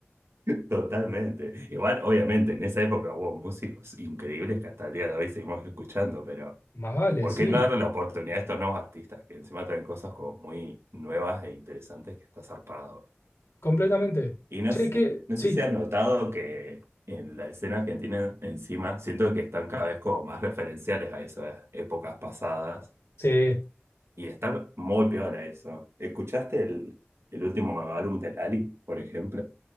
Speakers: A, on the right (about 80°); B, on the left (about 85°).
A: totalmente. Igual, obviamente, en esa época hubo músicos increíbles que hasta el día de hoy seguimos escuchando, pero
B: Más vale,
A: ¿Por
B: sí,
A: qué no darle la oportunidad a estos nuevos artistas que encima traen cosas como muy nuevas e interesantes que está zarpado?
B: completamente.
A: Y no,
B: Che,
A: s-
B: que
A: no
B: sí,
A: sé si has notado que en la escena argentina encima siento que están cada vez como más referenciales a esas épocas pasadas
B: sí,
A: y está muy piola eso. ¿Escuchaste el, el último álbum de Lali, por ejemplo?